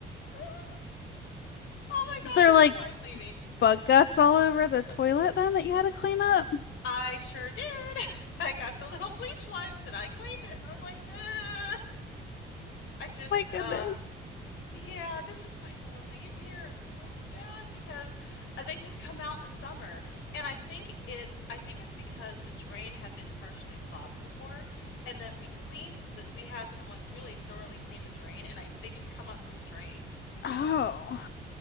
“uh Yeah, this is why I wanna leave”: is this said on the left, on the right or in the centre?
Left